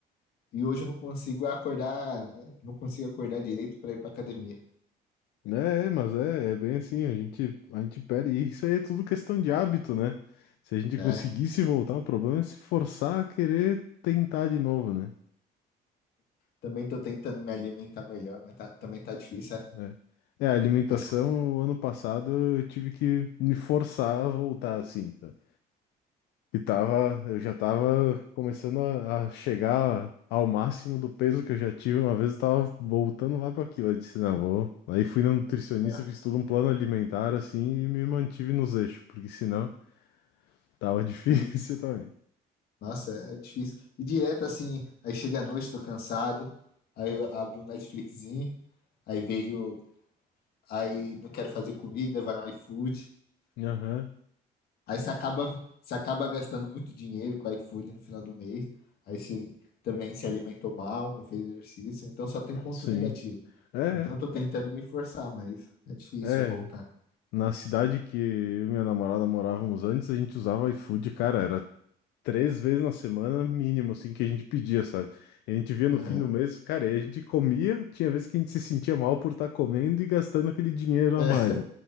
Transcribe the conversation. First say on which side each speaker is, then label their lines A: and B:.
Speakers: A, on the left (about 65°); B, on the left (about 85°).
A: E hoje eu não consigo acordar, não consigo acordar direito para ir pra academia,
B: É, é, mas é, é bem assim, a gente, a gente perde. E isso aí é tudo questão de hábito, né? Se a gente
A: né?
B: conseguisse voltar, o problema é se forçar a querer tentar de novo, né?
A: Também tô tentando me alimentar melhor, mas tá- também tá difícil. é?
B: É, É, a alimentação,
A: Assim,
B: o ano passado eu tive que me forçar a voltar assim. sabe? E tava, eu já tava começando a, a chegar ao máximo do peso que eu já tive. Uma vez eu tava voltando lá para aquilo. Eu disse, não, vou. Aí fui na nutricionista,
A: é.
B: fiz todo um plano alimentar assim e me mantive nos eixos, porque senão tava <laughs> difícil
A: E
B: também.
A: Nossa, é difícil. E direto assim, aí chega a noite, tô cansado, aí eu abro um Netflixzinho, aí vejo, aí não quero fazer comida, vai no iFood.
B: Aham,
A: Aí você acaba, você acaba gastando muito dinheiro com o iFood no final do mês. Aí você também se alimentou mal, não fez exercício, então só tem ponto
B: sim.
A: negativo.
B: É,
A: Então
B: é.
A: eu tô tentando me forçar, mas é difícil
B: É,
A: voltar.
B: Na cidade que eu e minha namorada morávamos antes, a gente usava iFood, cara, era três vezes na semana, mínimo, assim, que a gente pedia, sabe? A gente via no
A: Aham,
B: fim do mês, cara, e a gente comia, tinha vezes que a gente se sentia mal por estar comendo e gastando aquele dinheiro a
A: é,
B: mais, né?